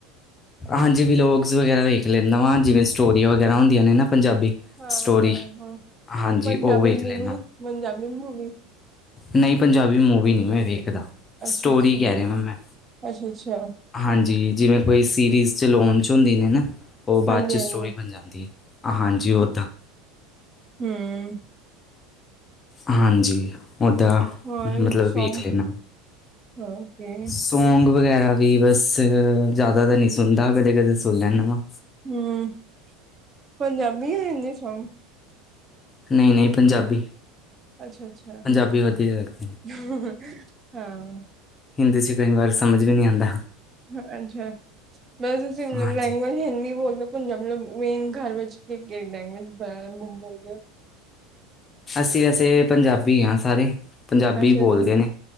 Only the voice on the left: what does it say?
ਹਾਂਜੀ ਵਿਲੋਗਸ ਵਗੈਰਾ ਵੇਖ ਲੈਂਦਾ ਵਾ ਜਿਵੇਂ ਸਟੋਰੀ ਜਿਹੜੀ ਵਗੈਰਾ ਹੁੰਦੀਆਂ ਨੇ ਨਾ ਪੰਜਾਬੀ।
ਸਟੋਰੀ
ਹਾਂਜੀ
ਉਹ ਵੇਖ
ਲੈਂਦਾ
ਨੀ ਪੰਜਾਬੀ ਮੂਵੀ ਨਹੀਂ ਮੈਂ ਵੇਖਦਾ।
ਸਟੋਰੀ
ਕਹਿ ਰਿਹਾ ਵਾਂ ਮੈਂ
ਹਾਂਜੀ ਜਿਵੇਂ ਕੋਈ ਸੀਰੀਜ਼ ਲੋਨ 'ਚ ਹੁੰਦੀ ਨੇ ਨਾ। ਉਹ ਬਾਅਦ
'ਚ
ਸਟੋਰੀ ਬਣ ਜਾਂਦੀ ਹੈ ਆ, ਹਾਂਜੀ ਉੱਦਾਂ।
ਹਾਂਜੀ ਓਦਾਂ
ਮਤਲਬ
ਵੇਖ ਲੈਣਾ।
ਸੋ ਸੌਗ ਵਗੈਰਾ ਵੀ ਬਸ ਜ਼ਿਆਦਾ ਤਾਂ ਨਹੀਂ ਸੁਣਦਾ ਕਦੇ- ਕਦੇ ਸੁਣ ਲੈਦਾ ਵਾਂ।
ਨਈ -ਨਈ ਪੰਜਾਬੀ।
ਪੰਜਾਬੀ ਵਧੀਆ ਲੱਗਦੇ ਨੇ
ਹਿੰਦੀ 'ਚ ਕਈ ਵਾਰ ਸਮਝ ਵੀ ਨਹੀਂ ਆਉਂਦਾ
ਹਾਂਜੀ
ਅਸੀਂ ਵੈਸੇ ਪੰਜਾਬੀ ਹਾਂ ਸਾਰੇ। ਪੰਜਾਬੀ
ਬੋਲਦੇ
ਨੇ